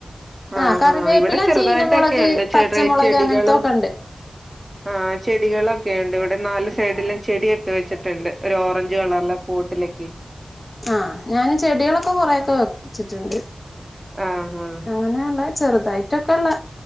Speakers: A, on the right; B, on the left.
A: ആ
B: ആഹ് കറിവേപ്പില
A: ഹാ ഇവിടെ ചെറുതായിട്ടൊക്കെണ്ട്
B: ചീനമുളക് പച്ചമുളക്
A: ചെറിയ ചെടികളും
B: അങ്ങനത്തൊക്കെ ഉണ്ട്
A: ആ ചെടികളൊക്കെ ക്കേയണ്ട് ഇവിടെ നാല് സൈഡിലും ചെട്യൊക്കെ വെച്ചിട്ടിണ്ട് ഒരു ഓറഞ്ച് കളർലെ പോട്ടിലൊക്കെ
B: ആ ഞാന് ചെടികളൊക്കെ കൊറേക്കെ വെച്ചിട്ടുണ്ട്
A: ആ ആ
B: അങ്ങനെയുള്ള ചെറുതായിട്ടൊക്കെള്ള